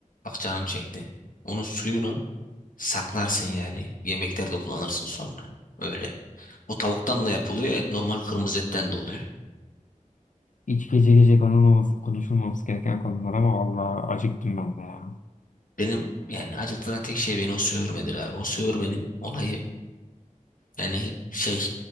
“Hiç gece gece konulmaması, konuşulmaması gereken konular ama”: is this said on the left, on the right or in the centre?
Left